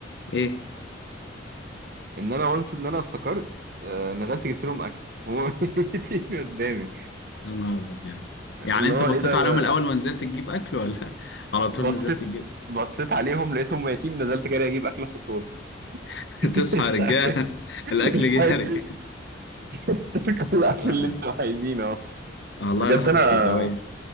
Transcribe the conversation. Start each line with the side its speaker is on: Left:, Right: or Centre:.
Left: ايه
Right: ان انا وانس ان انا افتكرت آه نزلت جبت لهم اكل هم <laughs> ميتين قدامي
Left: يا نهار ابيض
Right: اللي
Left: يعني انت
Right: هو
Left: بصيت
Right: ايه ده
Left: عليهم
Right: ده
Left: الاول ونزلت تجيب اكل ولا <laughs> على طول
Right: بصيت
Left: نزلت تجيب
Right: بصيت عليهم لقيتهم ميتين نزلت جري اجيب اكل احطه لهم
Left: <laughs>
Right: <laughs>
Left: تصحى يا رجاله <laughs> الاكل جه
Right: أيوه
Left: يا رجاله
Right: <laughs> كل الأكل
Left: لا
Right: اللي أنتم
Left: لا.
Right: عايزينه أهو.
Left: والله
Right: بجد
Left: لحظة
Right: أنا
Left: سوداوية